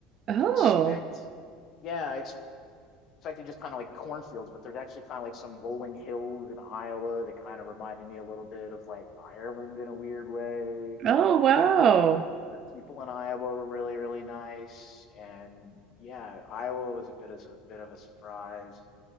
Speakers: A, on the right (about 30°); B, on the left (about 35°).
A: Oh.
B: expect. Yeah, I expected just kind of like cornfields, but there's actually kind of like some rolling hills in Iowa that kind of reminded me a little bit of like Ireland in a weird way.
A: Oh, wow.
B: The people in Iowa were really, really nice, and yeah, Iowa was a bit of a bit of a surprise.